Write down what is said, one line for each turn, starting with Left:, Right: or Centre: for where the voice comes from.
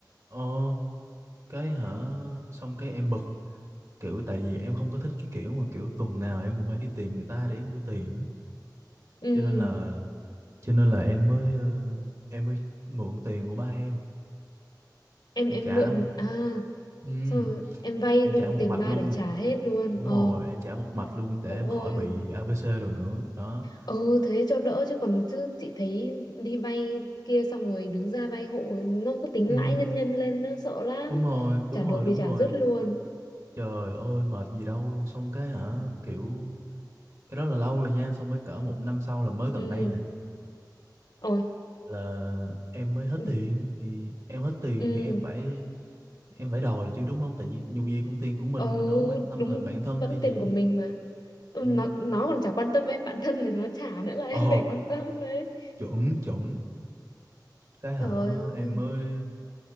Right: ờ cái hả xong cái em bực kiểu tại vì em không có thích cái kiểu mà kiểu tuần nào em cũng phải đi tìm người ta để em đưa tiền á
Left: Ừ,
Right: cho nên là cho nên là em mới ờ, em mới mượn tiền của ba em
Left: em
Right: em
Left: em
Right: trả
Left: mượn
Right: một
Left: à,
Right: ừm,
Left: xong rồi em vay
Right: em trả một
Left: tiền
Right: mạch
Left: ba
Right: luôn
Left: để trả hết luôn.
Right: đúng
Left: Ờ,
Right: rồi em trả một mạch luôn để
Left: ôi
Right: em khỏi bị ABC đồ nữa đó
Left: Ừ thế cho đỡ chứ còn chứ chị thấy đi vay kia xong rồi đứng ra vay hộ nó cứ tính
Right: Ừ,
Left: lãi nhân nhân lên nó sợ lắm
Right: đúng rồi đúng
Left: trả
Right: rồi
Left: được
Right: đúng
Left: thì trả
Right: rồi
Left: dứt luôn
Right: trời ơi mệt gì đâu luôn xong cái hả kiểu cái đó là lâu rồi nha xong cái cỡ một năm sau là mới gần
Left: ừ
Right: đây nè
Left: ôi
Right: là em mới hết
Left: <laughs>
Right: tiền thì em hết tiền
Left: ừ
Right: thì em phải em phải đòi chứ đúng không tại vì dù gì cũng tiền của mình
Left: ừ
Right: mình đâu có quan tâm
Left: đúng
Right: là bản thân
Left: vẫn
Right: hay gì
Left: tiền của mình mà ừ,
Right: ừ.
Left: nó nó còn chả quan tâm em bạn thân thì nó trả nữa là <laughs> em
Right: ờ
Left: phải quan tâm đấy
Right: chuẩn chuẩn cái hả
Left: trời ơi
Right: em mới